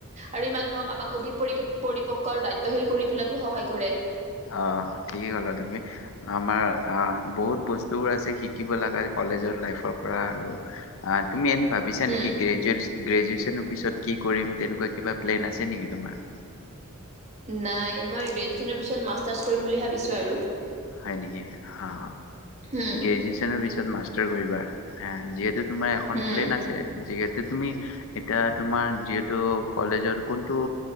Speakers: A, on the right; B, on the left.
A: আৰু ই, মানুহক আমাক অধিক পৰি-পৰিপক্ক আৰু দায়িত্বশীল কৰি তোলাতো সহায় কৰে।
B: অ, ঠিক ক'লা তুমি। আমাৰ আহ, বহুত বস্তুবোৰ আছে শিকিব লগা কলেজৰ লাইফৰ পৰা আৰু। আহ, তুমি এনে, ভাবিছা
A: উম
B: নেকি গ্ৰেজুৱে গ্ৰেজুৱেশ্যনৰ পিছত কি কৰিম, তেনেকুৱা কিবা প্লেন আছে নেকি তোমাৰ?
A: নাই, মই গ্ৰেজুৱচনৰ পিছত মাষ্টাৰ্চ কৰিম বুলি ভাবিছো আৰু।
B: হয় নেকি, অ,
A: উম
B: গ্ৰেজেনৰ পিছত মাষ্টাৰ কৰিবা, যিহেতু তোমাৰ এখন
A: উম
B: প্লেন আছে, যিহেতু তুমি এতিয়া তোমাৰ যিহেতু, কলেজৰ কোনটো